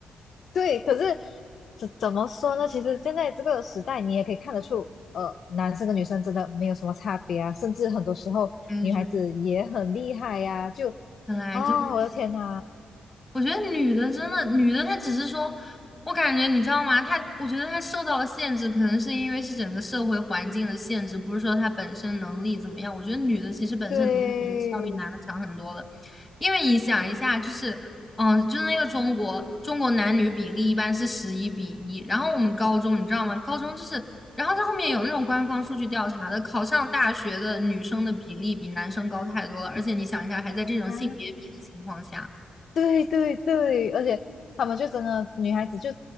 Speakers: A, on the left (about 60°); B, in the centre.
A: 对，可是怎怎么说呢？其实现在这个时代，你也可以看得出，呃，男生跟女生真的没有什么差别啊，甚至很多时候女孩子也很厉害呀、
B: 我也觉得，
A: 就
B: 本来就是
A: 啊，我的天呐，
B: 我觉得女的真的，女的她只是说，我感觉你知道吗？她我觉得她受到了限制，可能是因为是整个社会环境的限制，不是说她本身能力怎么样。我觉得女的其实本身能力我觉得是要比男的强很多的，
A: 对
B: 因为你想一下，就是嗯，就是那个中国中国男女比例一般是十一比一，然后我们高中你知道吗？高中就是，然后在后面有那种官方数据调查的，考上大学的女生的比例比男生高太多了，而且你想一下，还在这种性别比的情况下。
A: 啊，对对对，而且他们就真的女孩子就，